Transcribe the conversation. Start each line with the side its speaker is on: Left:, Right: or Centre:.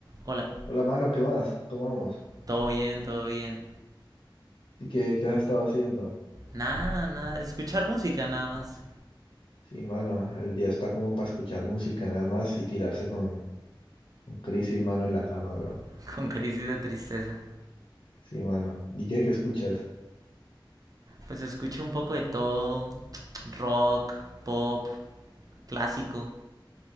Right: Hola,
Left: Hola, mano, ¿qué más? ¿Cómo vamos?
Right: todo bien, todo bien.
Left: ¿Y qué, qué has estado haciendo?
Right: Nada, nada, escuchar música nada más.
Left: Sí, mano, el día está como para escuchar música nada más y tirarse con, con crisis, mano, en la cama, bro.
Right: <laughs> Con crisis de tristeza.
Left: Sí, mano. ¿Y qué, qué escuchas?
Right: Pues escucho un poco de todo. Rock, pop, clásico.